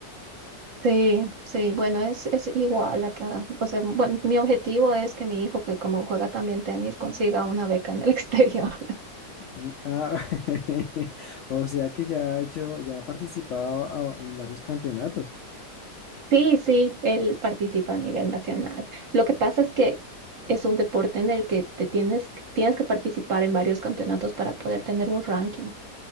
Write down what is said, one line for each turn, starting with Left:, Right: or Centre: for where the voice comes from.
Right: Sí, sí, bueno, es, es igual acá. O sea, bueno, mi objetivo es que mi hijo, que como juega también tenis, consiga una beca en el <laughs> exterior.
Left: Y- ah, <laughs> o sea que ya ha hecho, ya ha participado a- en varios campeonatos.
Right: Sí, sí, él participa a nivel nacional. Lo que pasa es que es un deporte en el que te tienes, tienes que participar en varios campeonatos para poder tener un ranking.